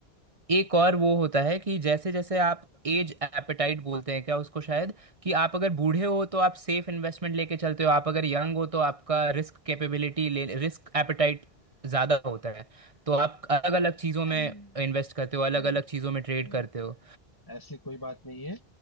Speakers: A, on the right (about 35°); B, on the left (about 20°).
A: एक और वो होता है कि जैसे जैसे आप एज एपेटाइट बोलते हैं क्या उसको शायद कि आप अगर बूढ़े हो तो आप सेफ इन्वेस्टमेंट लेके चलते हो आप अगर यंग हो तो आपका रिस्क कैपेबिलिटी ले रिस्क एपेटाइट ज़्यादा होता है तो आप अलग अलग चीज़ों
B: नहीं
A: में इन्वेस्ट करते हो अलग
B: नहीं
A: अलग चीज़ों में ट्रेड
B: नहीं
A: करते हो
B: ऐसी कोई बात नहीं है